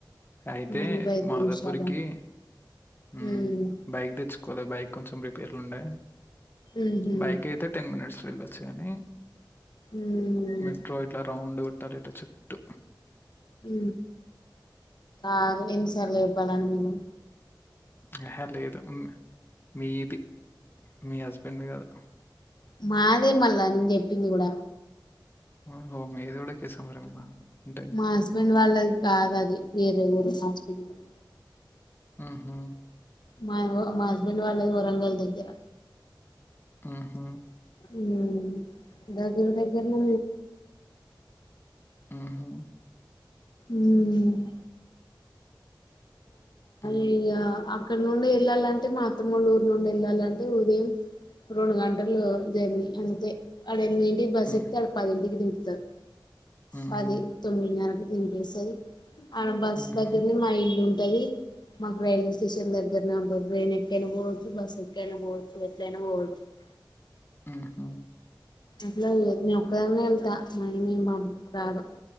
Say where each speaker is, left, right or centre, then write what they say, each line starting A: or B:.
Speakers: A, on the left (about 25°); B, on the left (about 65°).
A: అయితే
B: నలభై ఐదు
A: మాదాపురికీ
B: నిమిషాలా
A: ఊ
B: ఉమ్
A: బైక్ దెచ్చు కొలె బైక్ కొంచెం రిపేర్లుండే
B: ఉహు
A: బైకయితె టెన్ మి నెట్స్ వెళ్లొచ్చు గనీ
B: ఉమ్
A: మెట్రో ఇట్లా రౌండ్ గొట్టాలి ఇట్ల చుట్టు
B: ఊ ఆగు ఎన్నిసార్లు యెప్పాలానికి నేనూ
A: యెహే లేదు మ్ మీది మీ హస్బెండ్ ది గాదు
B: మాదే మళ్ళా నెన్ జెప్పింది గుడా
A: ఓహో మీది గూడ కేసముద్రమేనా అంటే
B: మా హస్బెండ్ వాళ్ళది కాదది వేరే ఊరు మా హస్బెండ్ వాళ్ళు
A: ఊహూ
B: మావో మా హస్బెండ్ వాళ్ళది ఒరంగల్ దగ్గెర
A: ఊహూ
B: ఊ దగ్గర దగ్గరలో
A: ఊహూ
B: మ్మ్
A: ఉ
B: ఇగ అక్కడ నుండి ఎళ్ళాలంటే మా అత్తమ్మ ఊరు నుండెళ్ళాలంటే ఉదయం రొండు గంటలూ జర్నీ అంతే అడ ఎన్మిదింటి కి బస్సెక్కుతే
A: హ్మ్
B: ఆడ పదింటికి దింపితారు
A: మ్మ్
B: పది
A: హ్మ్
B: తొమ్మిదిన్నరకు దింపేస్తది ఆడ బస్
A: హుహు.
B: దగ్గర్లనే మా ఇల్లుంటదీ మాకు రైల్వే స్టేషన్ దగ్గర్నే ఉంటది ట్రైన్ ఎక్కైనా బోవొచ్చు బస్సు ఎక్కైనా బోవొచ్చు ఎట్లయినా బోవొచ్చు టిక్
A: ఆహా
B: అట్లై నేనొక్కదాన్నే ఎళ్తా మా <unintelligible> రాడు